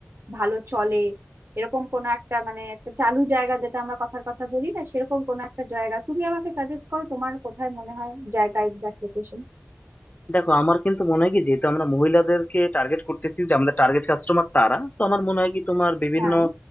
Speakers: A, on the right; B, on the left.
A: ভালো চলে এরকম কোনো একটা মানে একটা চালু জায়গা যেটা আমরা কথার কথা বলি না সেরকম কোনো একটা জায়গা তুমি আমাকে সাজেস্ট করো তোমার কোথায় মনে হয় জায়গা এক্সাক্ট লোকেশন
B: দেখো আমার কিন্তু মনে হয় কি যেহেতু আমরা মহিলাদেরকে টার্গেট করতেছি যে আমাদের টার্গেট কাস্টমার তারা তো আমার মনে হয় কি তোমার বিভিন্ন
A: হ্যাঁ